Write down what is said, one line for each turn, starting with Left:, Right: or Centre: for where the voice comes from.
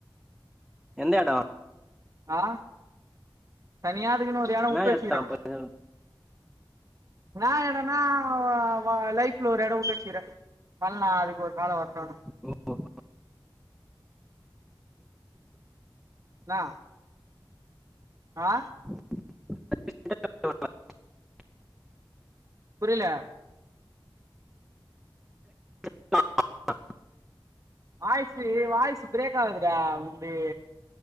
Centre: எந்த எட
Right: ஆ தனியா அதுக்குன்னு ஒரு எட
Centre: என்ன
Right: உட்டுவச்சுக்கிறே
Centre: எடோ
Right: இன்னா எடனா வா லைஃப்ல ஒரு எட உட்டு வச்சுக்கிறே பண்லா அதுக்கு ஒரு கால வர்ட்டு
Centre: ஓ <inaudible>
Right: இன்னா ஆ
Centre: <inaudible>
Right: புரியல
Centre: <inaudible>
Right: வாய்சு வாய்சு பிரேக் ஆவுதுடா உன்து